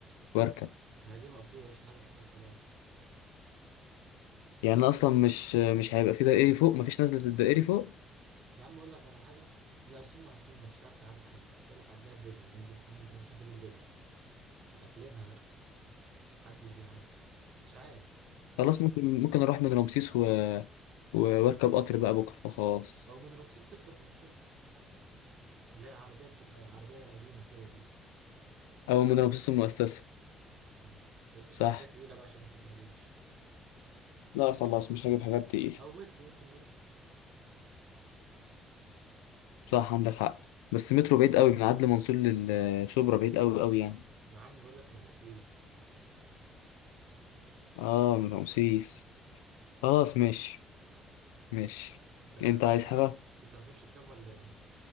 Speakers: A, on the left (about 80°); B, on the right (about 60°).
A: واركب
B: ما هي دي مقفولة مش في حاجة اسمها سلام
A: يعني انا اصلا مش مش هيبقى في دائري فوق مفيش نزلة الدائري فوق
B: يا عم اقول لك على حاجة لا بس هم قافلينها مش هتعرف تعدي حتى تقول لك عدها برجلك انزل انزل المسافة دي برجلك قافلينها لا محدش بيعدي مش عارف
A: خلاص ممكن ممكن اروح من رمسيس و... و- واركب قطر بقى بكره وخلاص
B: او من رمسيس تركب مؤسسة اللي هي العربية بتبقى عربية قديمة كده دي
A: او من رمسيس المؤسسة
B: مم. ما تجيش
A: صح
B: بحاجات تقيلة بقى عشان ما تتبهدلش
A: لا خلاص مش هجيب حاجات تقيلة
B: أو مترو انزل مترو
A: صح عندك حق بس مترو بعيد قوي من عدلي منصور للشبرا بعيد قوي قوي يعني
B: يا عم بقول لك من رمسيس
A: اه من رمسيس خلاص ماشي ماشي
B: أنت أنت
A: انت عايز
B: هت-
A: حاجة
B: كنت هتخش تنام ولا إيه؟